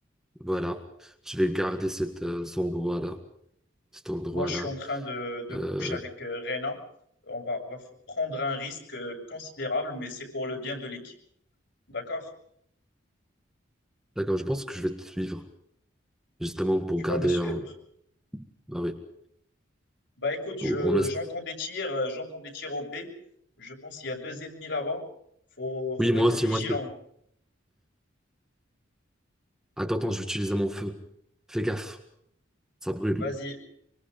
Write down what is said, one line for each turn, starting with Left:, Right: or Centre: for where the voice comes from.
Centre: voilà, je vais garder cet, euh, cet endroit-là. Cet endroit-là.
Left: Moi, je suis en train de, de
Centre: Euh,
Left: push avec euh, Reyna. On va, on va f- prendre un risque euh, considérable, mais c'est pour le bien de l'équipe. D'accord?
Centre: d'accord, je pense que je vais te suivre justement pour
Left: Tu
Centre: garder.
Left: vas me suivre?
Centre: un- Ah oui.
Left: Bah écoute, je,
Centre: Pour- on a-
Left: j'entends des tirs, euh, j'entends des tirs au B. Je pense qu'il y a deux ennemis là-bas. Faut, faut
Centre: Oui, moi
Left: être
Centre: aussi,
Left: vigilant.
Centre: moi aussi. Attends, attends, je vais utiliser mon feu. Fais gaffe, ça brûle.
Left: Vas-y,